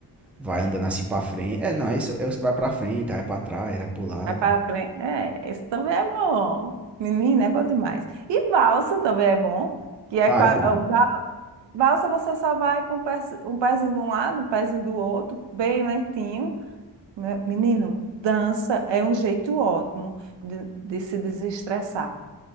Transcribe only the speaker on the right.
Vai para frente. É, esse também é bom. Menina, é bom demais. E valsa também é bom, que é
qua-
o va- valsa você só vai com um pezinho um pezinho de um lado, um pezinho do outro, bem lentinho. Meu- Menino, dança é um jeito ótimo de, de se desestressar,